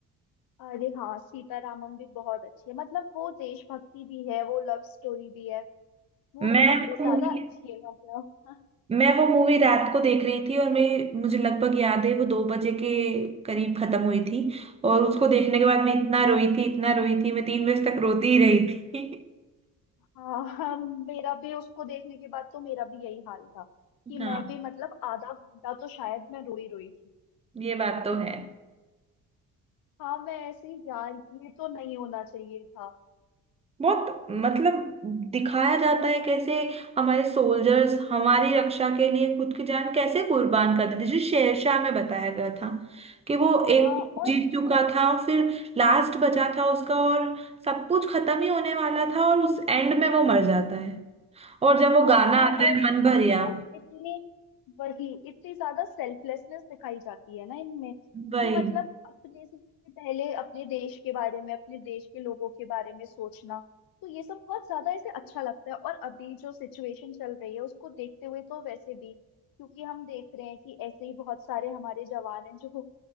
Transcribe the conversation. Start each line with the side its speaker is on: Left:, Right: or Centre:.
Left: अरे हाँ सीतारामम भी बहुत अच्छी है मतलब वो देशभक्ति भी है वो लव स्टोरी भी है वो
Right: मैं
Left: बहुत
Right: वो
Left: ही ज्यादा
Right: मूवी
Left: अच्छी है मतलब
Right: मैं वो मूवी रात को देख रही थी और मैं मुझे लगभग याद है वो दो बजे के करीब खत्म हुई थी और उसको देखने के बाद मैं इतना रोई थी इतना रोई थी मैं तीन बजे तक रोती ही रही थी
Left: हाँ हाँ, मेरा भी उसको देखने के बाद तो मेरा भी यही हाल था
Right: <laughs>
Left: कि
Right: हाँ
Left: मैं भी मतलब आधा घंटा तो शायद मैं रोई रोई थी
Right: ये बात तो है
Left: हाँ मैं ऐसे ही यार ये तो नहीं होना चाहिए था
Right: बहुत मतलब दिखाया जाता है कैसे हमारे सोल्जर्स हमारी रक्षा के लिए खुद की जान कैसे कुर्बान कर देते जो शेरशाह में बताया गया था कि वो
Left: हाँ
Right: एक
Left: और
Right: जीत चुका था और फिर लास्ट बचा था उसका और सब कुछ खत्म ही होने वाला था और उस एंड में वो मर जाता है और जब वो गाना
Left: हाँ
Right: आता
Left: और
Right: है मन भरिया
Left: इतना इतने वही इतनी ज्यादा सेल्फलेसनेस दिखाई जाती है ना इनमें
Right: वही
Left: कि मतलब अपने से पहले अपने देश के बारे में अपने देश के लोगों के बारे में सोचना तो ये सब बहुत ज्यादा ऐसे अच्छा लगता है और अभी जो सिचुएशन चल रही है उसको देखते हुए तो वैसे भी क्योंकि हम देख रहे हैं कि ऐसे ही बहुत सारे हमारे जवान हैं जो